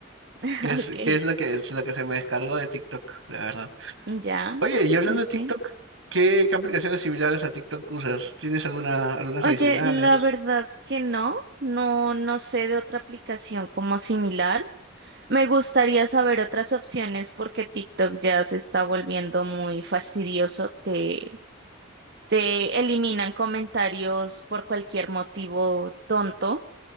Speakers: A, on the right; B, on the right.
A: <laughs>
B: que es,
A: Ok,
B: que es lo que, es lo que se me descargó de TikTok, la verdad.
A: ya,
B: Oye, y hablando
A: ok.
B: de TikTok, ¿qué, qué aplicaciones similares a TikTok usas? ¿Tienes alguna, algunas
A: Oye,
B: adicionales?
A: la verdad que no, no, no sé de otra aplicación como similar. Me gustaría saber otras opciones porque TikTok ya se está volviendo muy fastidioso. Te, te eliminan comentarios por cualquier motivo tonto.